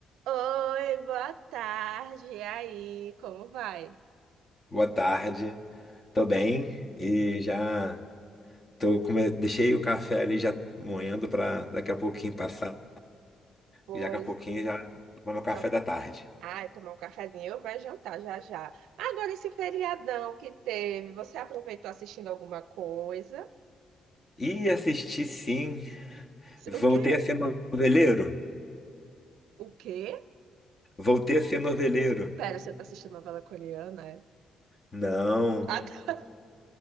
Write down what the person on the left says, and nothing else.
Boa tarde. Tô bem e já tô come... deixei o café ali já moendo para daqui a pouquinho passar.
E daqui a pouquinho já vou no café
da tarde.
E assisti sim. Voltei
a ser noveleiro.
Voltei a ser noveleiro.
Não.